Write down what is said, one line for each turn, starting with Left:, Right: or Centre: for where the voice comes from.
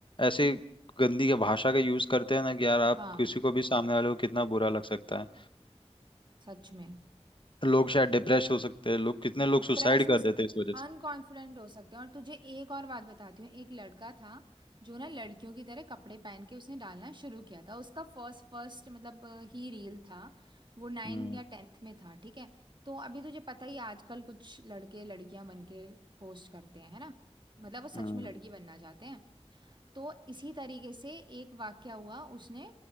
Left: ऐसे गंदी के भाषा का यूज करते हैं ना कि यार आप
Right: हाँ
Left: किसी को भी सामने वाले को कितना बुरा लग सकता है
Right: सच में
Left: लोग शायद डिप्रेस हो सकते हैं लोग कितने लोग
Right: डिप्रेस
Left: सुसाइड
Right: हो
Left: कर
Right: सकते
Left: देते हैं
Right: हैं
Left: इस वजह से
Right: अनकॉन्फिडेंट हो सकते हैं और तुझे एक और बात बताती हूँ एक लड़का था जो ना लड़कियों की तरह कपड़े पहन के उसने डालना शुरू किया था उसका फर्स्ट फर्स्ट मतलब अ, ही रील था वो नाइन
Left: हम्म
Right: या टेंथ में था ठीक है तो अभी तुझे पता ही है, आजकल कुछ लड़के लड़कियां बन के पोस्ट करते हैं है ना मतलब वो सच
Left: हम्म
Right: में लड़की बनना चाहते हैं तो इसी तरीके से एक वाक्या हुआ उसने